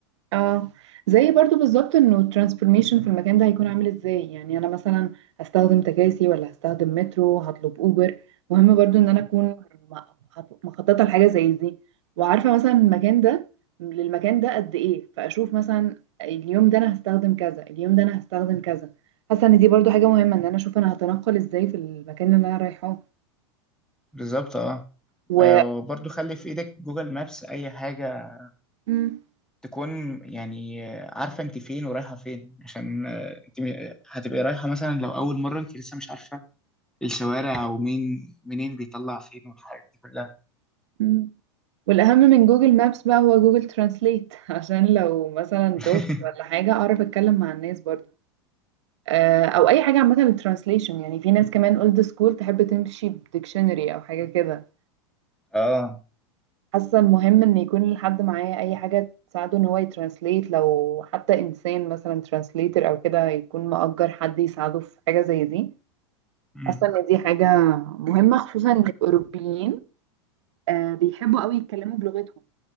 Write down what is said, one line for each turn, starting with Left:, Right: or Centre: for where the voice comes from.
Right: اه زي برضو بالظبط انه الترانسفورميشن في المكان ده هيكون عامل ازاي يعني انا مثلا هستخدم تكاسي ولا هستخدم مترو هطلب اوبر مهم برضو ان انا اكون م- حط- مخططه لحاجه زي دي وعارفه مثلا المكان ده للمكان ده قد ايه فاشوف مثلا اليوم ده انا هستخدم كذا اليوم ده انا هستخدم كذا حاسه ان دي برضو حاجه مهمه ان انا اشوف انا هتنقل ازاي في المكان اللي انا رايحاه
Centre: بالظبط اه
Right: و
Centre: وبرضه خلي في ايدك جوجل مابس اي حاجة
Right: مم.
Centre: تكون يعني عارفة انت فين ورايحة فين عشان انت م- هتبقي رايحة مثلا لو اول مرة انت لسه مش عارفة الشوارع ومين منين بيطلع فين والحاجات دي كلها
Right: مم. والأهم من جوجل مابس بقى هو جوجل ترانسليت <laughs> عشان لو مثلا دوت
Centre: <laughs>
Right: ولا حاجة أعرف أتكلم مع الناس برضه آه، أو أي حاجة عامة للترانسليشن يعني في ناس كمان أولد سكول تحب تمشي بديكشنري أو حاجة كده
Centre: اه
Right: فحاسة المهم إن يكون الحد معاه أي حاجة تساعده إن هو يترانسليت لو حتى إنسان مثلا ترانسليتر أو كده يكون مأجر حد يساعده في حاجة زي دي
Centre: مم.
Right: حاسة إن دي حاجة مهمة خصوصا إن الأوروبيين آه، بيحبوا قوي يتكلموا بلغتهم